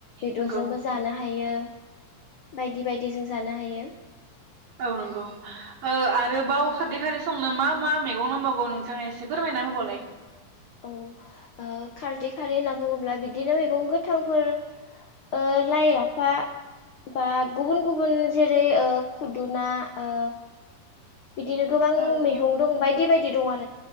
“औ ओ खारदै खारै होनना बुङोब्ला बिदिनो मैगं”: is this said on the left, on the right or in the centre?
Left